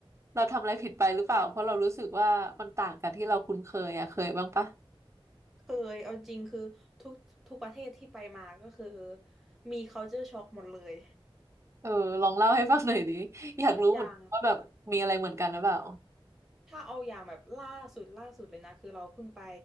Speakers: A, on the right; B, in the centre.
A: เราทำอะไรผิดไปหรือเปล่าเพราะเรารู้สึกว่ามันต่างกันที่เราคุ้นเคยอะเคยบ้างปะ
B: เคยเอาจริงคือทุกทุกประเทศที่ไปมาก็คือมี culture shock หมดเลย
A: เออลองเล่าให้ฟังหน่อยดิอยากรู้เหมือนกันว่าแบบมีอะไรเหมือนกันหรือเปล่า
B: อย่างถ้าเอาอย่างแบบล่าสุดล่าสุดเลยนะคือเราเพิ่งไป